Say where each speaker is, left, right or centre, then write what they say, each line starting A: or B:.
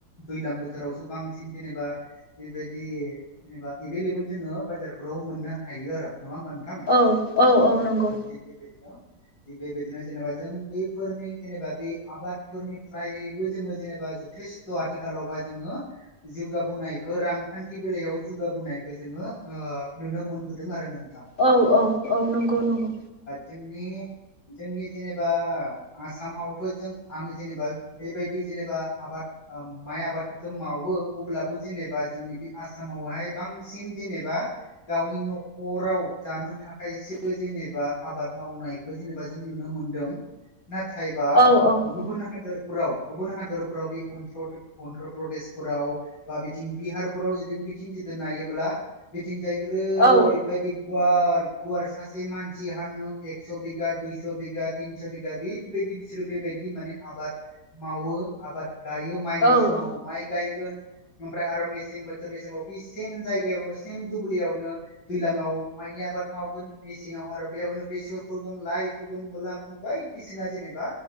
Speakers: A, on the left; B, on the left.
A: दैजलां बोथोरावसो बांसिन जेनेबा बेबायदि जेनेबा एभेलेबल जोङो बाजारफोराव मोननो हायो आरो। नङा होमबा नोंथां
B: औ औ औ नंगौ
A: थिग बेबायदिनो थिग बेबायदिनो जेनेबा जों बैफोरनि जेनेबा बे आबादफोरनिफ्राय बो जोंबो जेनबा जथेसथ' आथिखालावबा जोङो जौगाबोनायखो रांखान्थि बेलायाव गाबोनायखौ जोङो ओ नुनो मोनबोदों आरो नों
B: औ औ औ नंगौ नंगौ।
A: जोंनि जोंनि जेनेबा आसामावथ' जों आं जेनेबा बेबायदि जेनेबा आबाद ओ माइ आबादखौथ' मावो अब्लाबो जेनेब बा जोंनि बे आसामावहाय बांसिन जेनेबा गावनि न'खराव जानो थाखाय एसेबो जेनेबा आबाद मावनायखौ जेनेबा जों नुनो मोनदों। नाथायबा
B: औ औ
A: गुबुन
B: औ
A: हादरफोराव गुबुन हादरफोराव बे अनथाव अन्ध्र प्रदेशफोराव बा बिथिं बिहारफोराव जुदि बिथिं जुदि नायोब्ला बिथिंजाय ओरैबादि
B: औ
A: गुवार गुवार सासे मानसि हानो एकस' बिगा दुइस' बिगा तिनस' बिगा बेबायदि बिसोरो बेबा बिदि आबाद मावो आबाद गायो माइनि
B: औ
A: समाव
B: औ
A: माइ गाय गोन ओमफ्राय आरो मेसें बोथोरनि समाव बे सेम जायगायावनो सेम दुब्लियावनो दैलाङाव माइनि आबाद मावगोन मेसेङाव आरो बेयावनो बेसर फोगोन लाइ फोगोन मुला फोगोन। बायदिसिना जेनेबा